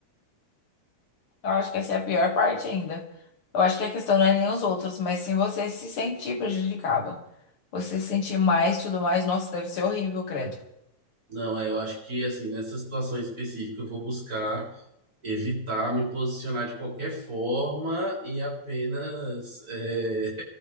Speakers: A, on the left; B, on the right.
A: Eu acho que essa é a pior parte ainda. Eu acho que a questão não é nem os outros, mas sim você se sentir prejudicado. Você se sentir mais, tudo mais. Nossa, deve ser horrível, credo.
B: Não, é, eu acho que assim, nessa situação específica, eu vou buscar evitar me posicionar de qualquer forma e apenas é,